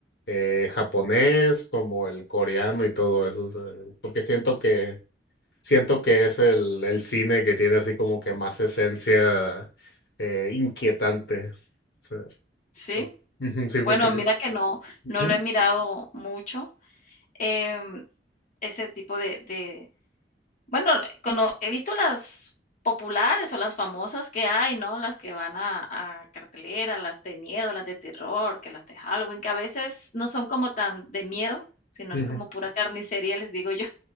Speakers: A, on the left (about 65°); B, on the left (about 45°).
A: eh, japonés como el coreano y todo eso. o sea, porque siento que, siento que es el, el cine que tiene así como que más esencia eh, inquietante. O sea,
B: sí.
A: por- ujú, sí,
B: Bueno,
A: porque
B: mira
A: sí.
B: que no,
A: Ujú,
B: no lo he mirado mucho, em, ese tipo de de bueno, le- cono he visto las populares o las famosas que hay, ¿no? Las que van a a cartelera, las de miedo, las de terror, que las de Halloween, que a veces no son como tan de miedo, sino
A: ujú.
B: es como pura carnicería, les digo yo.